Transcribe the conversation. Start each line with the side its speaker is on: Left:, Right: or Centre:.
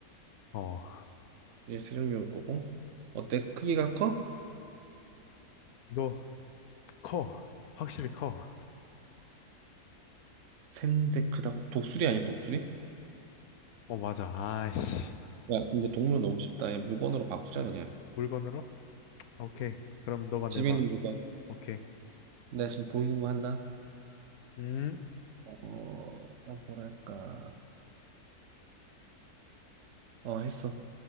Left: 어.
Right: 이제 세 종류일 거고. 어때? 크기가 커?
Left: 이거 커. 확실히 커.
Right: 센데 크다고? 독수리 아니야, 독수리?
Left: 어, 맞아. 아이씨.
Right: 야, 근데 동물 너무 쉽다. 야, 물건으로 바꾸자, 그냥.
Left: 물건으로? 오케이. 그러면 너가
Right: 집에
Left: 내봐.
Right: 있는 물건.
Left: 오케이.
Right: 나 지금 보이는 거 한다.
Left: 음?
Right: 어, 아, 뭐랄까. 어, 했어.